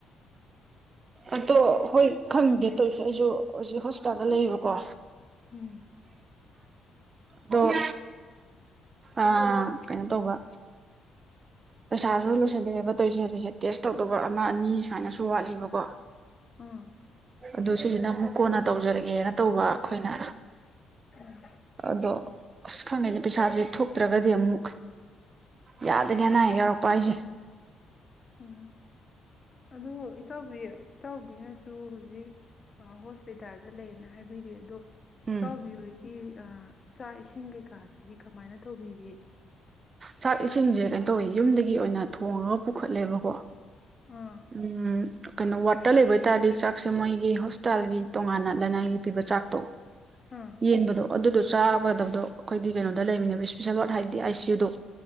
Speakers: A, on the right; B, on the left.
A: ꯑꯗꯣ ꯍꯣꯏ ꯈꯪꯗꯦ ꯇꯧꯁꯨ ꯑꯩꯁꯨ ꯍꯧꯖꯤꯛ ꯍꯣꯁꯄꯤꯇꯥꯜꯗ ꯂꯩꯌꯦꯕꯀꯣ
B: ꯎꯝ
A: ꯗꯣ ꯑ ꯀꯩꯅꯣ ꯇꯧꯕ ꯄꯩꯁꯥꯁꯨ ꯂꯣꯏꯁꯤꯜꯂꯑꯦꯕ ꯇꯧꯔꯤꯁꯦ ꯇꯣꯏꯏꯁꯦ ꯇꯦꯁ ꯇꯧꯗꯧꯕ ꯑꯃ ꯑꯅꯤ ꯁꯨꯃꯥꯏꯅꯁꯨ ꯋꯥꯠꯂꯤꯕꯀꯣ
B: ꯎꯝ
A: ꯑꯗꯨ ꯁꯤꯁꯤꯅ ꯑꯃꯨꯛ ꯀꯣꯟꯅ ꯇꯧꯖꯔꯒꯦꯅ ꯇꯧꯕ ꯑꯩꯈꯣꯏꯅ
B: ꯎꯝ
A: ꯑꯗꯣ ꯑꯁ ꯈꯪꯗꯦꯅꯦ ꯄꯩꯁꯥꯁꯦ ꯊꯣꯛꯇ꯭ꯔꯒꯗꯤ ꯑꯃꯨꯛ ꯌꯥꯗꯦꯅꯦ ꯑꯅꯥ ꯑꯌꯦꯛ ꯌꯥꯎꯔꯛꯄ ꯍꯥꯏꯁꯦ
B: ꯎꯝ ꯑꯗꯣ ꯏꯇꯥꯎꯕꯤ ꯏꯇꯥꯎꯕꯤꯅꯁꯨ ꯍꯧꯖꯤꯛ ꯍꯣꯁꯄꯤꯇꯥꯜꯗ ꯂꯩꯌꯦꯅ ꯍꯥꯏꯕꯤꯔꯤ ꯑꯗꯣ
A: ꯎꯝ
B: ꯏꯇꯥꯎꯕꯤꯍꯣꯏꯒꯤ ꯑ ꯆꯥꯛ ꯏꯁꯤꯡ ꯀꯩꯀꯥꯁꯤꯗꯤ ꯀꯃꯥꯏꯅ ꯇꯧꯕꯤꯒꯦ
A: ꯆꯥꯛ ꯏꯁꯤꯡꯁꯦ ꯀꯩꯅꯣ ꯇꯧꯋꯦ ꯌꯨꯝꯗꯒꯤ ꯑꯣꯏꯅ ꯊꯣꯡꯡꯂꯒ ꯄꯨꯈꯠꯂꯦꯕꯀꯣ
B: ꯑꯥ
A: ꯎꯝ ꯀꯩꯅꯣ ꯋꯥꯔꯠꯇ ꯂꯩꯕ ꯑꯣꯏ ꯇꯥꯔꯗꯤ ꯆꯥꯛꯁꯦ ꯃꯣꯏꯒꯤ ꯍꯣꯁꯄꯤꯇꯥꯜꯒꯤ ꯇꯣꯉꯥꯟꯅ ꯂꯅꯥꯏꯒꯤ ꯄꯤꯕ ꯆꯥꯛꯇꯣ
B: ꯑꯥ
A: ꯌꯦꯟꯕꯗꯣ ꯑꯗꯨꯗꯣ ꯆꯥꯒꯗꯕꯗꯣ ꯑꯩꯈꯣꯏꯒꯤ ꯀꯩꯅꯣꯗ ꯂꯩꯃꯤꯅꯦꯕ ꯏꯁꯄꯤꯁꯦꯜ ꯋꯥꯔꯗ ꯍꯥꯏꯕꯗꯤ ꯑꯥꯏ ꯁꯤ ꯌꯨ ꯗꯣ